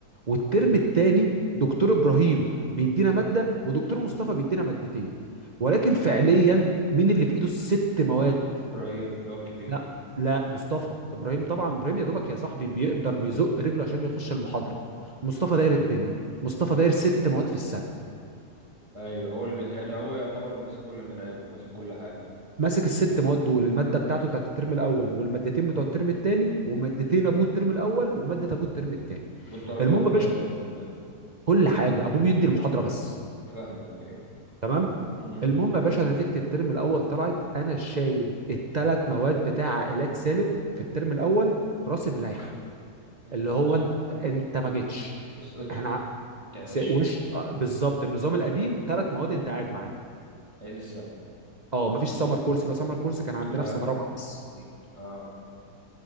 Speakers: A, on the right; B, on the right.
A: والترم الثاني دكتور ابراهيم بيدينا ماده ودكتور مصطفى بيدينا مادتين ولكن فعليا مين اللي في ايده الست مواد
B: ابراهيم اللي هو الكبير
A: لا لا مصطفى ابراهيم طبعا ابراهيم يا دوبك يا صاحبي بيقدر بيزق رجله عشان يخش المحاضره مصطفى داير الدنيا مصطفى داير ست مواد في السنه
B: ايوه هو اللي بي... يعني هو يعتبر اللي ماسك كل المناهج وماسك كل حاجه
A: ماسك الست مواد دول الماده بتاعته بتاعت الترم الاول والمادتين بتوع الترم الثاني ومادتين ابوه الترم الاول وماده ابوه الترم الثاني
B: والدرجات
A: المهم
B: بتاعتهم
A: يا باشا
B: كلها
A: كل حاجه ابوه بيدي المحاضره بس
B: فاهمك ايه
A: تمام
B: امم
A: المهم يا باشا نتيجه الترم الاول طلعت انا شايل الثلاث مواد بتاع عائلات سالم في الترم الاول راسب لائحه
B: يا نهار
A: اللي هو
B: اسود
A: انت انت ما جيتش
B: بس قط
A: احنا
B: انت يعني
A: س-
B: شيء
A: وش آه، بالظبط النظام القديم ثلاث مواد انت قاعد معانا
B: عيد السنه
A: اه مفيش سمر كورس بقى سمر كورس كان عندنا
B: لا
A: في سنه رابعه بس
B: م- اه